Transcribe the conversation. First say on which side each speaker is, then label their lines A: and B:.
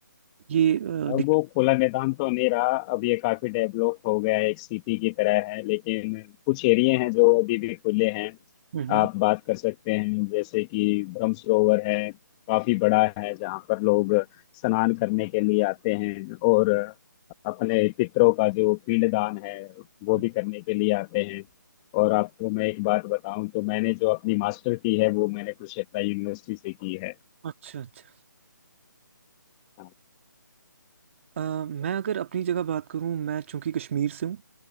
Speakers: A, on the right; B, on the left.
A: ये, अ,
B: अब
A: दिख
B: वो खुला मैदान तो नहीं रहा अब ये काफी डेवलप हो गया है एक सिटी की तरह है लेकिन कुछ एरिया हैं जो अभी भी खुले हैं
A: हम्म
B: आप बात कर सकते हैं जैसे कि ब्रह्म सरोवर है काफी बड़ा है जहाँ पर लोग स्नान करने के लिए आते हैं और अपने पितरों का जो पिंडदान है वो
A: हम्म।
B: भी करने के लिए आते हैं और आपको मैं एक बात बताऊं तो मैंने जो अपनी मास्टर की है वो मैंने कुरुक्षेत्र यूनिवर्सिटी से की है
A: अच्छा अच्छा
B: हाँ।
A: अ, मैं अगर अपनी जगह बात करूँ मैं चूंकि कश्मीर से हूँ